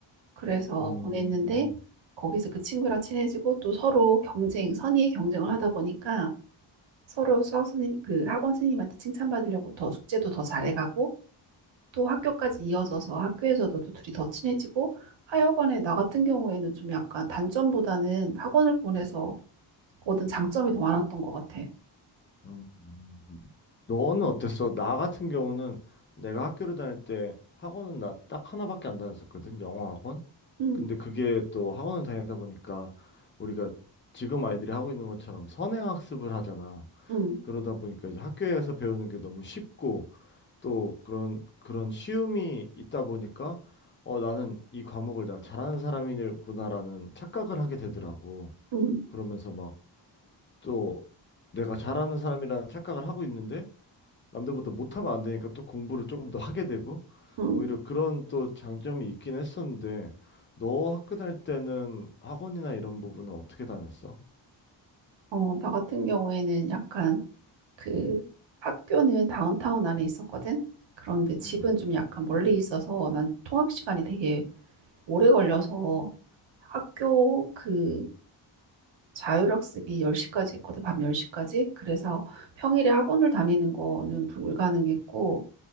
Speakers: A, on the right; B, on the left.
A: 그래서
B: 음,
A: 보냈는데 거기서 그 친구랑 친해지고 또 서로 경쟁, 선의의 경쟁을 하다 보니까 서로 수학 선생님, 그 학원 선생님한테 칭찬받으려고 더 숙제도 더 잘해가고 또 학교까지 이어져서 학교에서도 또 둘이 더 친해지고 하여간에 나 같은 경우에는 좀 약간 단점보다는 학원을 보내서 얻은 장점이 더 많았던 것 같아.
B: 음. 너는 어땠어? 나 같은 경우는 내가 학교를 다닐 때 학원은 나 딱 하나밖에 안 다녔었거든. 영어 학원.
A: 응
B: 근데 그게 또 학원을 다니다 보니까 우리가 지금 아이들이 하고 있는 것처럼 선행학습을 하잖아.
A: 응
B: 그러다 보니까 이제 학교에서 배우는 게 너무 쉽고 또 그런 그런 쉬움이 있다 보니까 어 나는 이 과목을 내가 잘하는 사람이구나라는 착각을 하게 되더라고.
A: 응
B: 그러면서 막 또 내가 잘하는 사람이라는 착각을 하고 있는데 남들보다 못하면 안 되니까 또 공부를 조금 더 하게 되고
A: 응
B: 오히려 그런 또 장점이 있긴 했었는데 너 학교 다닐 때는 학원이나 이런 부분은 어떻게 다녔어?
A: 어, 나 같은 경우에는 약간 그 학교는 다운타운 안에 있었거든. 그런데 집은
B: 음.
A: 좀 약간 멀리 있어서 난 통학 시간이 되게 오래 걸려서 학교 그 자율학습이 10시까지 했거든, 밤 열시까지 그래서 평일에 학원을 다니는 거는 불가능했고,